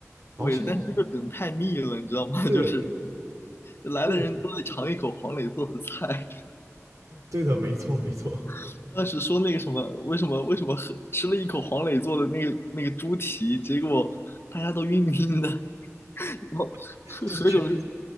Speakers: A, on the right; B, on the left.
A: 然后现在
B: 对，但是这个梗太密了，你知道吗？
A: 对
B: <laughs> 就是来的人都得尝一口黄磊做的菜。
A: 对对的，没错没错，
B: <laughs> 当时说那个什么，为什么为什么喝吃了一口黄磊做的那个那个猪蹄，结果大家都晕晕的，然后何何炅是
A: <laughs> 就是全